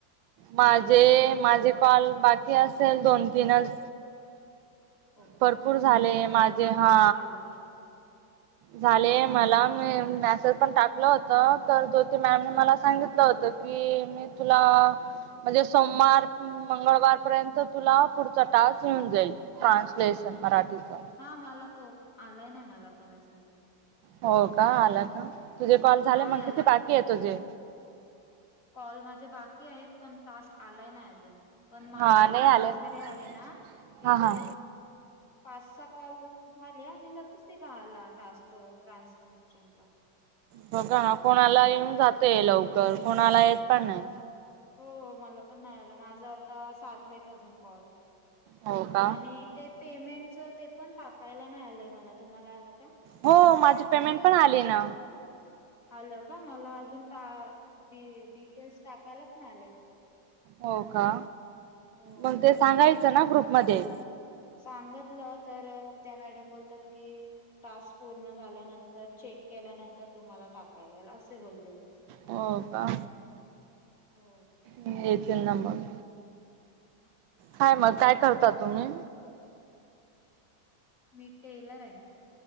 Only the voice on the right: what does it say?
माझे, माझे कॉल बाकी असेल दोन तीनच.
भरपूर
झाले
माझे हा
झाले,
मला मी मॅसेज पण टाक ल होत, तर ज्योती मॅम मला सांगितलं होत की, मी तुला म्हणजे सोमवार मंगळवारपर्यंत तुला पुढचा टास्क येऊन जाईल, ट्रान्सलेशन मराठीचा.
हो का आलं का तुझे कॉल झाले
मग
किती बाकी आहे तुझे
हा
नाही आले
ना.
हा हा
बघा ना कोणाला येऊन जातय लवकर कोणाला येत पण नाही
हो का
हो माझी पेमेंट पण आली ना
हो का
मग ते सांगायचं ना ग्रुपमध्ये
हो का
येतील ना मग काय मग काय करता तुम्ही